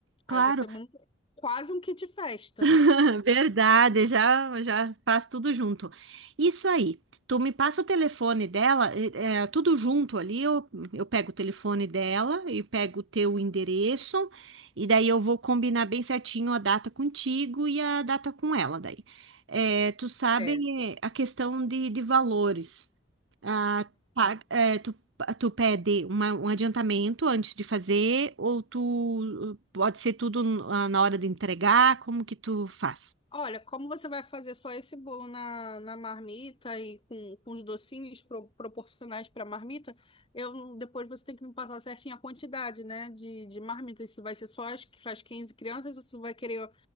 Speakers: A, on the right; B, on the left.
A: Claro.
B: Aí você monta quase um kit festa.
A: <laughs> Verdade, já já faz tudo junto. Isso aí. Tu me passa o telefone dela, é, é, tudo junto ali. Eu, eu pego o telefone dela e pego o teu endereço, e daí eu vou combinar bem certinho a data contigo e a data com ela daí. É, tu sabe
B: É.
A: a questão de, de valores. Ah, pa- é, tu, tu pede uma- um adiantamento antes de fazer, ou tu pode ser tudo ah, na hora de entregar, como que tu faz?
B: Olha, como você vai fazer só esse bolo na, na marmita e com, com os docinhos pro- proporcionais para a marmita, eu, depois você tem que me passar certinho a quantidade, né, de, de marmitas. Se vai ser só as, para as 15 crianças ou se vai querer